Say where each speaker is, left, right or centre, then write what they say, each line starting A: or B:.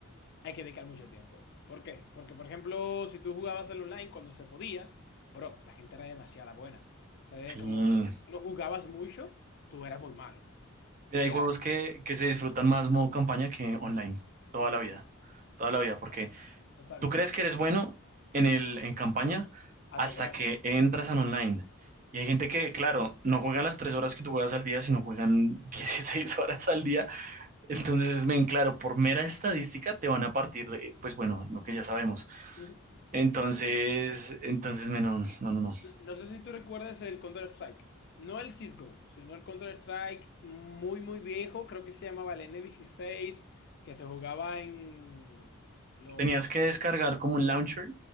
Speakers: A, on the left; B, on the right.
A: hay que dedicar mucho tiempo. ¿Por qué? Porque, por ejemplo, si tú jugabas en online cuando se podía, bro, la gente era demasiada buena. O sea,
B: sí.
A: es como
B: Mira,
A: si tú no jugabas mucho, tú eras muy malo.
B: hay
A: Eras,
B: juegos que, que se disfrutan más modo campaña que online, toda
A: uf,
B: la vida,
A: sí,
B: toda la
A: sí,
B: vida, porque
A: totalmente.
B: Tú crees que eres bueno en el, en campaña
A: Hasta
B: hasta
A: que vas
B: que
A: a-
B: entras al online. Y hay gente que, claro, no juega las tres horas que tú juegas al día, sino juegan <laughs> 16 horas al día. Entonces, ven, claro, por mera estadística te van a partir, eh, pues bueno, lo que ya sabemos.
A: Ujú.
B: Entonces, entonces, men, no, no, no, no.
A: No sé si tú recuerdas el Counter-Strike. No el CSGO, sino el Counter-Strike muy, muy viejo. Creo que se llamaba el N16, que se jugaba en los
B: Tenías que descargar como un launcher